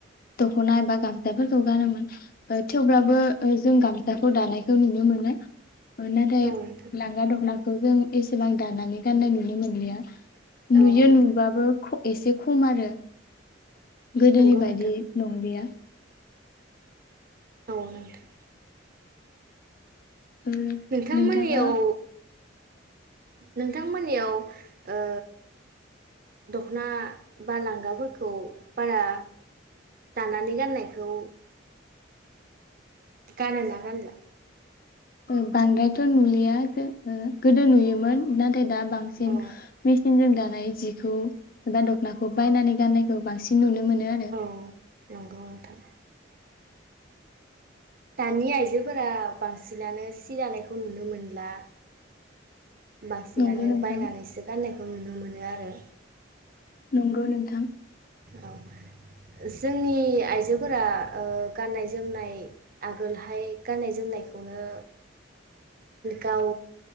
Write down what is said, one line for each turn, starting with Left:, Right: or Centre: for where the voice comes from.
Left: दख'ना बा गामसाफोरखौ गानोमोन ओ थेवब्लाबो ओ जों गामसाखौ दानायखौ नुनो मोनो। ओ नाथाय
Right: औ नोंथां
Left: लांगा दखना खौ जों एसेबां दानानै गाननाय नुनो मोनलिया।
Right: औ
Left: नुयो
Right: नोंथां
Left: नुबाबो ख एसे खम आरो गोदोनि
Right: नंगौ
Left: बायदि
Right: नोंथां
Left: नंलिया।
Right: औ नोंथां
Left: ओ
Right: नोंथांमोननियाव
Left: नोंथाङा
Right: नोंथांमोननियाव ओ दख'ना बा लांगाफोरखौ बारा दानानै गाननायखौ गानोना गानला?
Left: ओ बांद्रायथ' नुलिया जो ओ गोदो नुयोमोन नाथ दा बांसिन
Right: औ
Left: मिसिन जों दानाय नाय जिखौ एबा दख'नाखौ बायनानै गाननायखौ बांसिन नुनो मोनो। आरो
Right: औ नंगौ नोंथां दानि आइजोफोरा बांसिनानो सि दानायखौ नुनो मोनला। बांसिनानो
Left: नंगौ नोंथां
Right: बायनानैसो गाननायखो खौ नुनो मोनो आरो।
Left: नंगौ नोंथां।
Right: औ जोंनि आइजोफोरा ओ गाननाय जोमनाय आगोलहाय गाननाय जोमनायखौनो गाव